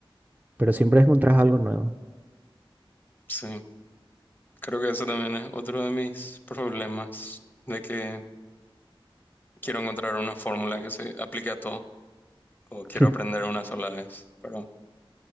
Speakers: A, on the right; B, on the left.
A: pero siempre encontrás algo nuevo.
B: sí. Creo que eso también es otro de mis problemas, de que quiero encontrar una fórmula que se aplique a todo, o quiero
A: <laughs>
B: aprender una sola vez, pero